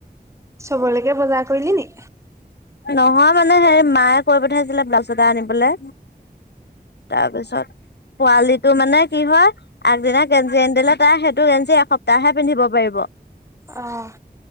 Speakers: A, on the right; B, on the left.
A: চবলৈকে বজাৰ কৰিলি নি?
B: নহয় মানে হেৰি মায়ে কৈ পঠাইছিলে ব্লাউজ এটা আনিবলে। তাৰপিছত পোৱালিটো মানে কি হয়, আগদিনা গেঞ্জী আনি দিলে তাৰ সেইটো গেঞ্জী এসপ্তাহে পিন্ধিব পাৰিব।
A: অ'।